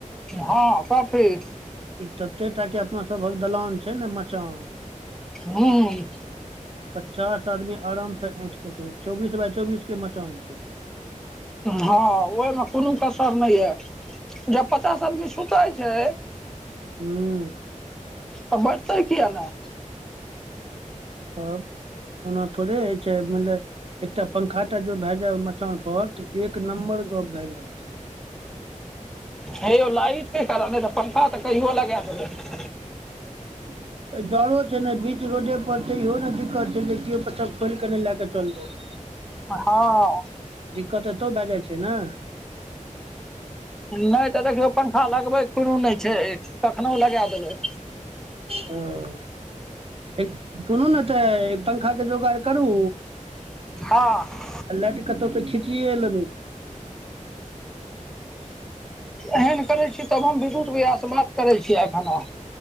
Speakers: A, in the centre; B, on the right.
A: हँ काॅफी।
B: ई तते टा के अपना सभक दलान छै ने मचान।
A: हूं।
B: पचास आदमी आराम से ऐठ सकैय चौबीस बााय चौबीस के मचान छै।
A: हँ ओहिमे कोनो कसर नहि यै, जब पचास आदमी सुतैय छैय।
B: हू।
A: तऽ बैठतै किया ने।
B: तब ओना थोड़े हैय छै मेनले। एकटा पंखा टा जो भए जाय मचान पर, तऽ एक नम्बर गप्प भए जायत।
A: हे यौ लाइट के कारण नहि तऽ पंखा तऽ कहियो लेगा दैबय।
B: <inaudible> ऐय डरो छै ने बीच रोडे पर छै इहो ने दिक्कत छै जे कियो पाछा खोइल के नहि लए क चैल जाय। <inaudible>
A: आ हँ
B: दिक्कत एतौ भए जाय छै ने।
A: नहि तऽ देखियौ पंखा लगबैक कुनु नहि छै कखनो लैगा देबैय।
B: हं। एक सुनू ने तैऽ पंखा के जोगाड़ करू।
A: हँ।
B: अ लाईट कतहु तऽ खिचिए लेबैय।
A: एहन करै छी तब हम विद्युत विया स बात करै छियै एखन हम।